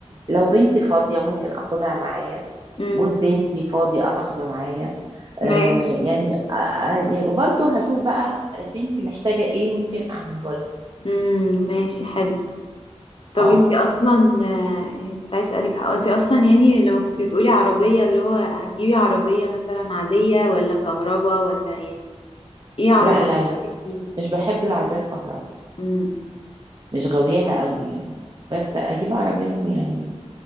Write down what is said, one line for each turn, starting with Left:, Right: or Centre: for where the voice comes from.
Right: لو بنتي فاضية ممكن أخدها معايا
Left: امم
Right: جوز بنتي فاضي أخده معايا آه،
Left: ماشي
Right: يعني آه، آه، يعني وبرضه هشوف بقى بنتي محتاجة إيه ممكن أعمله لها
Left: امم ماشي حلو طب
Right: آه
Left: انتي اصلا آه، كنت عايز اسالك حق انتي اصلا يعني لما كنتي بتقولي عربيه اللي هو هتجيبي عربيه مثلا عاديه ولا كهربا ولا يعني ايه عربيه
Right: لا لا لا
Left: نفسك فيها
Right: مش بحب العربية الكهرباء
Left: امم
Right: مش غاوياها قوي يعني بس أجيب عربية يعني